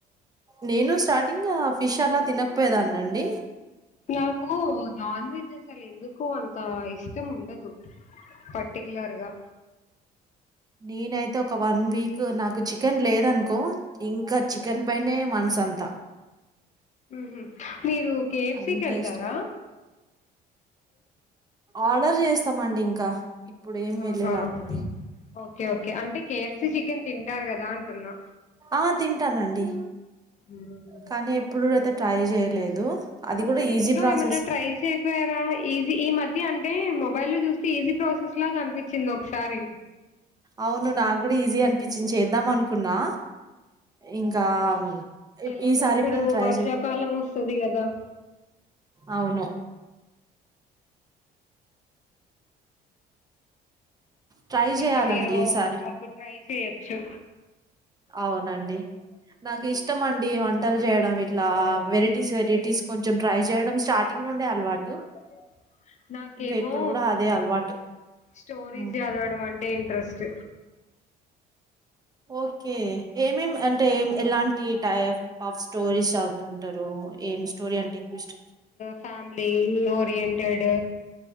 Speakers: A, on the right (about 20°); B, on the left (about 45°).
A: నేను స్టార్టింగ్ఆ ఫిష్ అలా తినకపోయే దాన్ని అండి.
B: నాకు నాన్ వెజ్ అసలు ఎందుకో అంత ఇష్టం ఉండదు. పర్టిక్లర్గా.
A: నేనైతే ఒక వన్ వీక్. నాకు చికెన్ లేదనుకో. ఇంక చికెన్ పైనే మనసంత.
B: ఉహు మీరు కేె ఫ్
A: అంత
B: సి కి ఎళ్తారా.
A: ఇష్టం ఆర్డర్ చేస్తామండి ఇంక ఇప్పుడు ఏం
B: ఆహా
A: ఎళ్ళేలాగుంది.
B: ఓకే ఓకే అంటే కే ఫ్ సి చికెన్ తింటారు కదా అంటున్నా.
A: ఆ తింటానండి
B: మ్మ్.
A: కానీ ఎప్పుడయితే ట్రై చేయలేదు. అది
B: ఒకసారి
A: కూడా ఈజీ
B: ఇంట్లో
A: ప్రాసెస్
B: ఏమైనా ట్రై. చెయకపోయారా ఈజీ ఈ మధ్య అంటే మొబైల్ లో చూస్తే ఈజీ ప్రాసెస్ లాగా అనిపి. చింది ఒకసారి.
A: అవును నాకు కూడా ఈజీ అనిపించింది చేద్దాం అనుకున్నా ఇంకా. ఈ-
B: ఎలాగో
A: ఈసారి
B: ఇప్పుడు
A: ఎప్పుడైనా ట్రై
B: వర్షాకాలం
A: చే
B: వస్తది కదా.
A: అవును ట్రై చేయాలండి
B: ఇంకా మీరు
A: ఈసారి
B: అప్పుడు ట్రై చేయొచ్చు.
A: అవునండి. నాకు ఇష్టం అండి వంటలు చేయడం ఇట్లా వెరైటీస్ వెరైటీస్ కొంచెం ట్రై చేయడం స్టార్ట్. నుండే అలవాటు.
B: <unintelligible> నాకేమో,
A: ఇంకా ఇప్పుడు కూడా అదే అలవాటు
B: స్టోరీస్
A: ఆ
B: చదవడం అంటే ఇంట్రెస్ట్.
A: ఓకే ఏం ఏం అంటే ఎలాంటి టైప్ ఆఫ్ స్టోరీస్ చదువు అంటారు, ఏం స్టోరీ అంటే ఇంట్రెస్ట్.
B: Family oriented.